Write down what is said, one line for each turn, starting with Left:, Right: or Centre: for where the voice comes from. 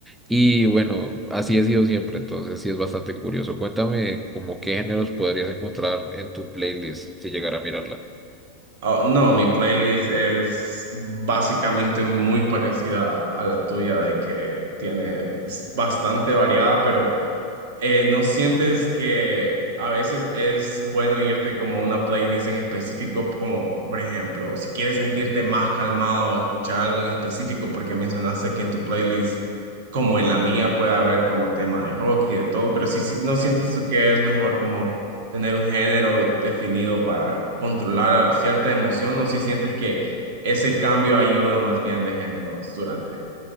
Centre: y bueno, así he sido siempre. Entonces sí es bastante curioso. Cuéntame como qué géneros podrías encontrar en tu playlist si llegara a mirarla.
Right: Oh, no, mi playlist es básicamente muy parecida a la tuya, de que tiene, es bastante variada, pero eh, ¿no sientes que a veces es bueno irte como a una playlist en específico, como por ejemplo, si quieres sentirte más calmado, escuchar algo en específico, porque mencionaste que en tu playlist, como en la mía, puede haber como tema de rock y de todo, pero si no sientes tú que es mejor como tener un género definido para controlar a cierta emoción, o si sientes que ese cambio ayuda más bien de géneros durante